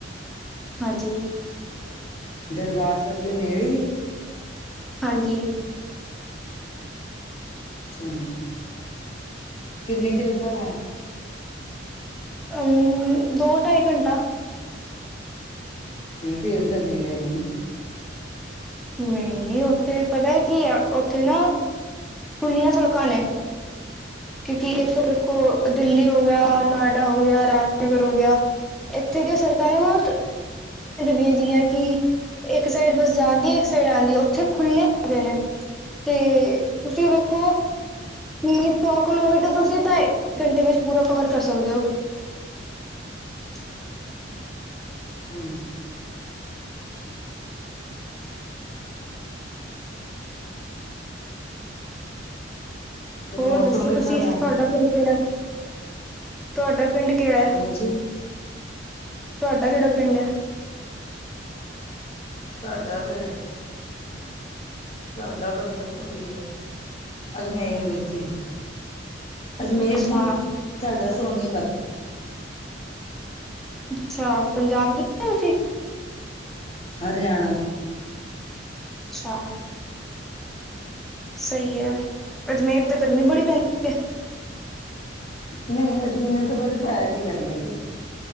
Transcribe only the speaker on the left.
ਦਰਬਾਰ ਸਾਹਿਬ ਦੇ ਨੇੜੇ ਹੀ ਹੈ।
ਅੱਛਾ। ਕਿੰਨੀ ਦੇਰ ਦਾ ਰਾਹ।
ਨਹੀਂ ਫਿਰ ਤਾਂ ਨੇੜੇ ਨਹੀਂ।
ਹੂੰ।
ਮੌਸਮ
ਕਿੱਦਾਂ
ਦਾ ਉੱਥੇ
ਹਾਂਜੀ
ਸਾਡਾ ਤੇ। ਸਾਡਾ ਤਾਂ ਬਸ ਓਹੀ ਏ ਅਜਮੇਰ ਵਿੱਚ ਹੀ। ਅਜਮੇਰ
ਨਹੀਂ ਸਾਡਾ ਸੋਨੀਪਤ।
ਹਰਿਆਣਾ।
ਨਹੀਂ ਅਜਮੇਰ ਤੇ ਮੇਰੇ ਤਾਇਆ ਜੀ ਰਹਿੰਦੇ ਸੀ।